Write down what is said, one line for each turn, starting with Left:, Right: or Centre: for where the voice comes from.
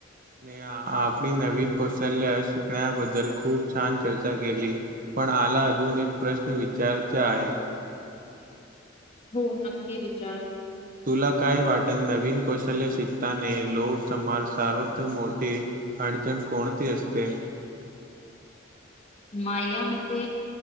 Right: ने आपली नवीन कौशल्य शिकण्याबद्दल खूप छान चर्चा केली, पण आला अजून एक प्रश्न विचारचे आहे.
Left: हो नक्की विचार?
Right: तुला काय वाटल नवीन कौशल्य शिकताने लोक <unintelligible> सार्वत मोठी अडचण कोणती असते?
Left: माया मते